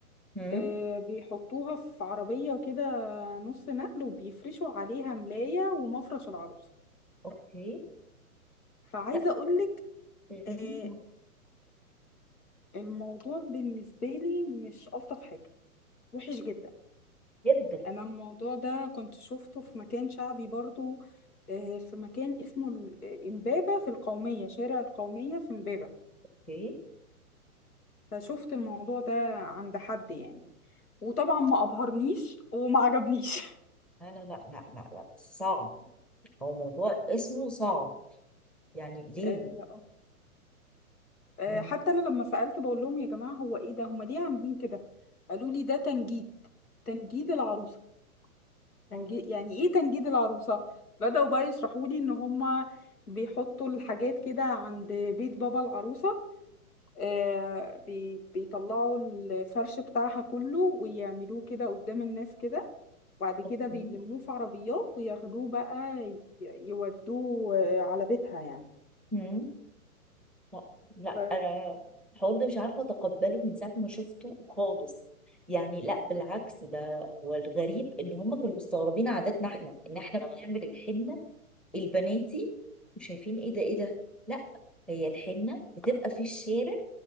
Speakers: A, in the centre; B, on the left (about 75°).
A: هم
B: آه، بيحطوها في عربية كده نص نقل وبيفرشوا عليها ملاية ومفرش العروسة
A: اوكي
B: فعايزة
A: لا
B: أقولك
A: غريبة
B: آه، الموضوع بالنسبة لي مش ألطف حاجة وحش جدا
A: جدا
B: أنا الموضوع ده كنت شفته في مكان شعبي برضو آه، في مكان اسمه ال- آه، إمبابة في القومية شارع القومية في إمبابة
A: اوكي
B: فشفت الموضوع ده عند حد يعني وطبعا ما أبهرنيش وما عجبنيش
A: لا لا لا لا لا لا صعب هو موضوع اسمه صعب يعني ليه
B: <laughs> آه،
A: مم.
B: حتى انا لما سألت بقول لهم يا جماعة هو ايه ده هما ليه عاملين كده قالوا لي ده تنجيد تنجيد العروسة تنجيد
A: اه
B: يعني ايه تنجيد العروسة بدأوا بقى يشرحوا لي ان هما بيحطوا الحاجات كده عند بيت بابا العروسة آه، بي- بيطلعوا الفرش بتاعها كله ويعملوه كده قدام الناس كده وبعد كده
A: اوكي
B: بيلموه في عربيات وياخدوه بقى ي- يودوه آه، على بيتها يعني
A: هم لا لا
B: ف...
A: انا الحوار ده مش عارفة اتقبله من ساعة ما شفته خالص يعني لا بالعكس ده هو الغريب ان هم كانوا مستغربين عاداتنا احنا ان احنا بنعمل الحنة البناتي وشايفين ايه ده ايه ده لا هي الحنه بتبقى في الشارع